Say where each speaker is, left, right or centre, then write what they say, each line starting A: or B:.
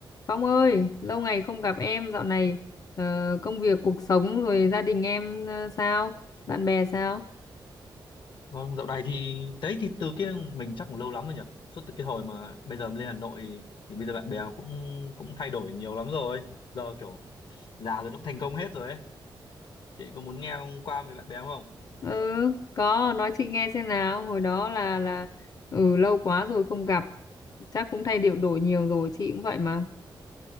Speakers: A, on the left; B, on the left.
A: Phong ơi, lâu ngày không gặp em, dạo này ờ, công việc, cuộc sống rồi gia đình em ờ, sao? Bạn bè sao?
B: Vâng, dạo này thì đấy thì từ kia mình chắc cũng lâu lắm rồi nhỉ. Suốt từ cái hồi mà bây giờ lên Hà Nội thì bây giờ bạn bè cũng cũng thay đổi nhiều lắm rồi. Giờ kiểu già rồi nó cũng thành công hết rồi ấy. Chị có muốn nghe qua về bạn bè không? <laughs>
A: Ừ, có, nói chị nghe xem nào. Hồi đó là là ừ lâu quá rồi không gặp, chắc cũng thay điệu đổi nhiều rồi, chị cũng vậy mà.